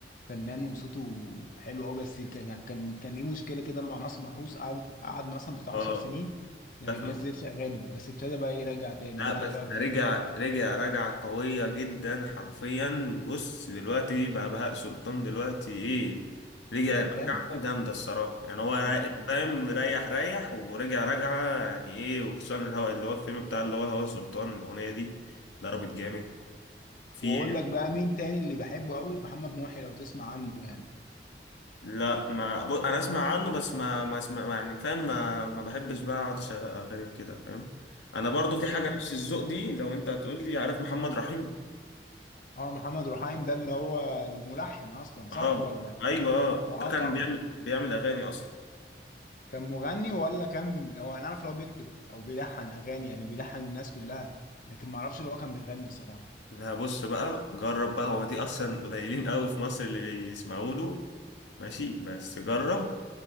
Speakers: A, on the left; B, on the left.
A: فنان وصوته حلو قوي بس كان كان كان ليه مشكله كده مع ناصر محروس قعد قعد مثلا بتاع
B: اه
A: 10 سنين ما بينزلش
B: اتفق
A: اغاني بس ابتدى بقى يرجع تاني
B: لا
A: انت
B: بس
A: ايه رايك
B: ده
A: فيه؟
B: رجع رجع رجع قويه جدا حرفيا بص دلوقتي بقى بهاء سلطان دلوقتي ايه رجع
A: لا جامد
B: رجعه جامده الصراحه يعني هو رايق
A: جامد جامد.
B: فاهم ريح ريح ورجع رجعه يعني ايه وخصوصا الهوا اللي هو الفيلم بتاع اللي هو الهوا سلطان الاغنيه دي ضربت جامد في
A: واقول لك بقى مين تاني اللي بحبه قوي محمد محي لو تسمع عنه يعني
B: لا ما ب... انا اسمع عنه بس ما ما اسمع ما يعني فاهم ما ما بحبش بقى اقعد اشغل اغاني وكده فاهم انا برضو في حاجه
A: لا
B: نفس الذوق دي لو انت هتقول لي عارف محمد رحيم
A: اه محمد رحايم ده اللي هو الملحن اصلا صح
B: اه
A: ولا؟
B: ايوه آه.
A: اه
B: ده كان
A: طبعا
B: بيعمل بيعمل اغاني اصلا
A: كان مغني ولا كان هو انا اعرف لو بيكتب او بيلحن اغاني يعني بيلحن الناس كلها لكن ما اعرفش اللي هو كان بيغني الصراحه
B: لا بص بقى جرب بقى هو دي اصلا قليلين قوي في مصر اللي بيسمعوا له ماشي بس جرب